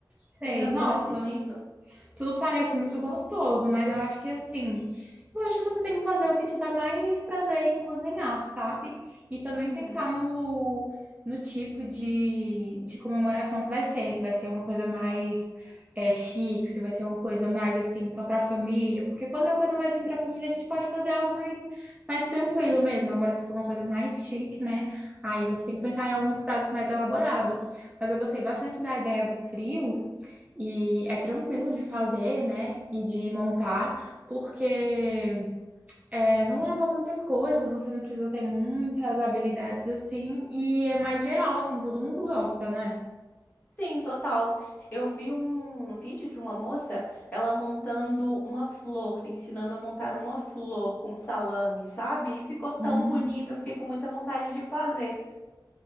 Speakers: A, on the right; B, on the left.
A: sei,
B: Ainda tô
A: nossa.
B: decidindo.
A: tudo parece muito gostoso, mas eu acho que assim, eu acho que você tem que fazer o que te dá mais prazer em cozinhar, sabe? E também
B: Uhum.
A: pensar no, no tipo de, de comemoração que vai ser, se vai ser uma coisa mais é, chique, se vai ser uma coisa mais assim, só pra família, porque quando é uma coisa mais assim pra família, a gente pode fazer algo mais, mais tranquilo mesmo. Agora, se for uma coisa mais chique, né? Aí você tem que pensar em alguns pratos mais elaborados. Mas eu gostei bastante da ideia dos frios, e é tranquilo de fazer, né? E de montar, porque é, não leva muitas coisas, você não precisa ter muitas habilidades assim, e é mais geral, assim, todo mundo gosta, né?
B: Sim, total. Eu vi um vídeo de uma moça, ela montando uma flor, ensinando a montar uma flor com salame, sabe? E ficou tão
A: Hum.
B: bonita, eu fiquei com muita vontade de fazer.